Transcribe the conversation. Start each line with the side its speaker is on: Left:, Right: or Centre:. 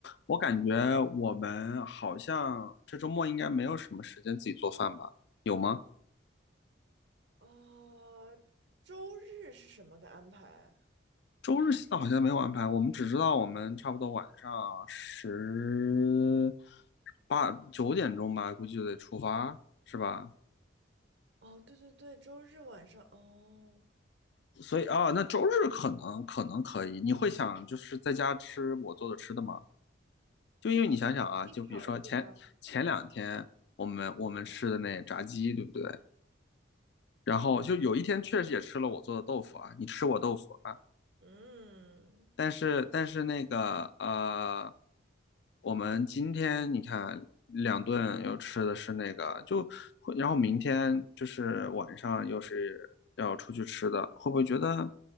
Left: 我感觉我们好像这周末应该没有什么时间自己做饭吧？有吗？
Right: 哦，周日是什么个安排？
Left: 周日现在好像没有安排，我们只知道我们差不多晚上十八九点钟吧，估计就得出发，是吧？
Right: 哦，对对对，周日晚上哦，
Left: 所以啊，那周日可能可能可以，你会想就是在家吃我做的吃的吗？就因为你想想啊，
Right: 你考虑呀。
Left: 就比如说前前两天我们我们吃的那炸鸡，对不对？然后就有一天确实也吃了我做的豆腐啊，
Right: 嗯
Left: 你吃我豆腐啊，
Right: 嗯，
Left: 但是但是那个呃，我们今天你看两顿又吃的是那个，就会然后明天就是晚上又是要出去吃的，会不会觉得